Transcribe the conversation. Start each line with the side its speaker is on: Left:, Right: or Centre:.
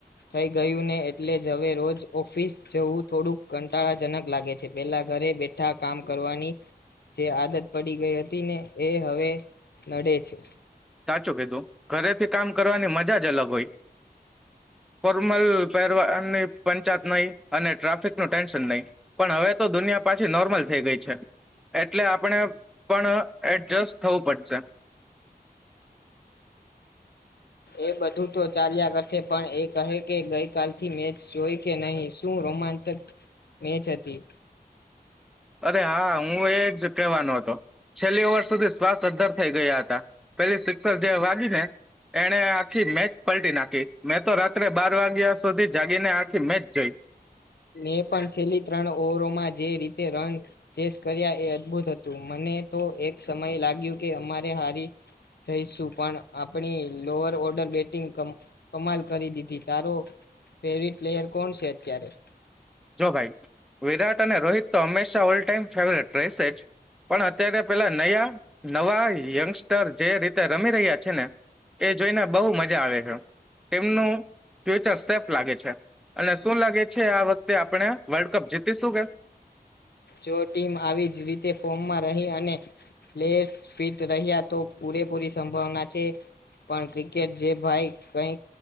Left: થઈ ગયું ને એટલે જ હવે રોજ ઓફિસ જવું થોડુંક કંટાળાજનક લાગે છે. પહેલા ઘરે બેઠા કામ કરવાની જે આદત પડી ગઈ હતી ને એ હવે નડે છે.
Centre: સાચુ કીધું. ઘરેથી કામ કરવાની મજા જ અલગ હોય. ફોર્મલ પહેરવાની પંચાત નહી અને ટ્રાફિક નું ટેન્શન નહી પણ હવે તો દુનિયા પાછી નોર્મલ થઈ ગઈ છે એટલે આપણે પણ એડજસ્ટ થવું પડશે.
Left: એ બધું તો ચાલ્યા કરશે પણ એ કહે કે ગઈકાલથી મેચ જોય કે નહી? શું રોમાંચક મેચ હતી.
Centre: અરે હા હું એ જ કહેવાનો હતો. છેલ્લી ઓવર સુધી શ્વાસ અદ્ધર થઈ ગયા હતા. પેલી સિક્સર જે વાગી ને એને આખી મેચ પલટી નાખી. મેં તો રાત્રે બાર વાગ્યા સુધી જાગીને આખી મેચ જોઈ.
Left: મે પણ છેલ્લી ત્રણ ઓવરોમાં જે રીતે રન ચેસ કર્યા એ અદભુત હતું. મને તો એક સમય લાગ્યું કે અમારે હારી જઈશું પણ આપણી લોઅર ઓર્ડર બેટિંગ કમ કમાલ કરી દીધી. તારો ફેવરિટ પ્લેયર કોણ છે અત્યારે?
Centre: જો ભાઈ વિરાટ અને રોહિત તો હંમેશા ઓલ ટાઈમ ફેવરેટ રહેશે જ પણ અત્યારે પેલા નયા નવા યંગસ્ટર જે રીતે રમી રહ્યા છે ને એ જોઈને બહુ મજા આવે છે. તેમનું ફ્યુચર સેફ લાગે છે અને શું લાગે છે આ વખ વખતે આપણે વર્લ્ડ કપ જીતીશું કે
Left: જો ટીમ આવી જ રીતે ફોર્મમાં રહી અને પ્લેયર્સ ફિટ રહ્યા તો પૂરેપૂરી સંભાવના છે પણ ક્રિકેટ જે ભાઈ કઈ